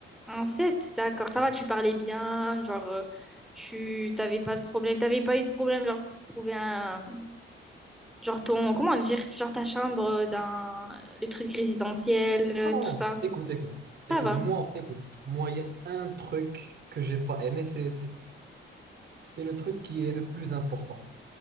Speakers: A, in the centre; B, on the right.
A: Un sept. d'accord. Ça
B: Ouais.
A: va, tu parlais bien, genre, euh, tu t'avais pas de problème, t'avais pas eu de problème, genre, pour trouver un. Genre, ton. Comment dire? Genre, ta chambre euh, dans le truc résidentiel, euh,
B: Non, non,
A: tout
B: non.
A: ça.
B: Écoute, écoute,
A: Ça
B: écoute,
A: va.
B: moi, écoute, moi, il y a un truc que j'ai pas aimé, c'est, c'est, c'est le truc qui est le plus important,